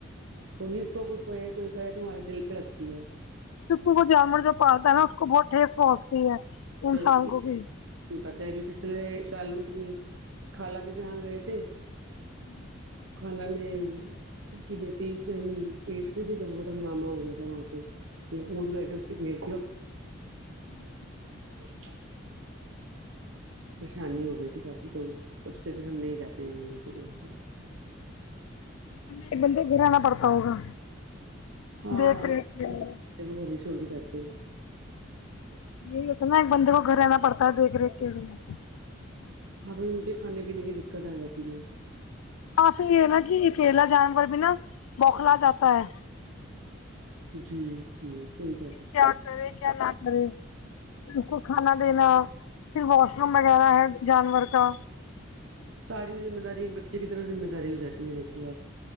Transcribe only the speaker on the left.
چکہ وہ جانور جو پالتا ہے نا اس کو بہت ٹھیس پہنچتی ہے انسان
کو بھی
جی
اچھا اچھا
ایک بندے گرانا پڑتا ہوگا
دیکھ
ریکھ کے لیے،
یہی ہوتا ہے نا ایک بندے کو گھر آنا پڑتا ہے دیکھ ریکھ کے میں
آ پھر یہ نا کہ اکیلا جانور بھی نا بوکھلا جاتا ہے
کیا کرے کیا نہ کرے <unintelligible> اس کو کھانا دینا پھر واش روم وغیرہ ہے جانور کا